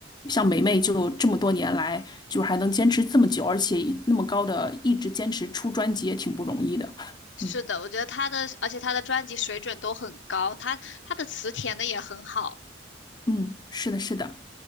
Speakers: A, on the left (about 25°); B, on the left (about 75°).
A: 像梅梅就这么多年来，就是还能坚持这么久，而且那么高的一直坚持出专辑也挺不容易的，
B: 是的，
A: 嗯
B: 我觉得他的，而且他的专辑水准都很高，他他的词填的也很好。
A: 嗯，是的，是的，